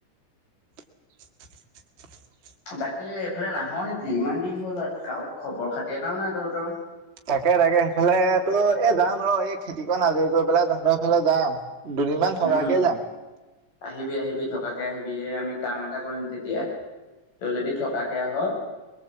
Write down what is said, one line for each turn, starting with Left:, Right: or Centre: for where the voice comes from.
Right: <inaudible>
Left: বাকী এইফালে নাহ নেকি? ইমান দিন হ'ল কাৰো খবৰ খাতি এটাও নাই তহঁতৰ।
Right: তাকে, তাকে সেইফালে তোৰ এই যাম ৰ, এই খেতিকন আজৰি কৰি পেলাই তহঁতৰ সেইফালে যাম। দুদিনমান থকাকে
Left: উম
Right: যাম।
Left: আহিবি, আহিবি, থকাকে আহিবি। এই আমি কাম এটা কৰিম তেতিয়া। তই যদি থকাকে আহ,